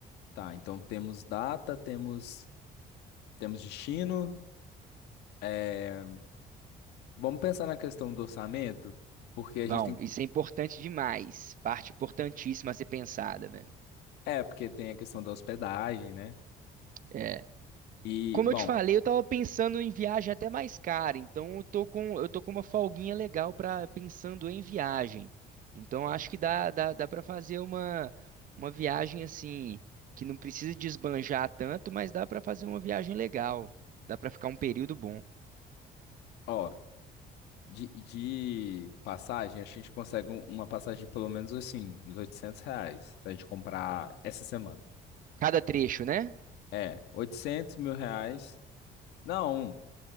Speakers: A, on the left; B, on the right.
A: Tá, então temos data, temos, temos destino. É, vamos pensar na questão do orçamento, porque a
B: Vão,
A: gente tem.
B: isso é importante demais. Parte importantíssima a ser pensada, velho.
A: É, porque tem a questão da hospedagem, né?
B: É.
A: E,
B: Como
A: bom,
B: eu te falei, eu tava pensando em viagem até mais cara, então eu tô com, eu tô com uma folguinha legal para pensando em viagem. Então acho que dá, dá, dá para fazer uma, uma viagem assim, que não precisa desbanjar tanto, mas dá para fazer uma viagem legal. Dá para ficar um período bom.
A: ó, de, de passagem, acho que a gente consegue um- uma passagem de pelo menos assim, uns 800 reais, se a gente comprar essa semana.
B: Cada trecho, né?
A: É, 800 mil reais. Não.